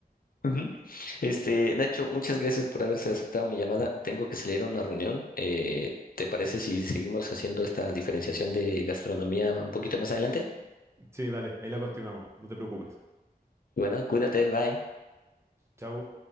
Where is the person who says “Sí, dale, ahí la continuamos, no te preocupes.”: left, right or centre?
Right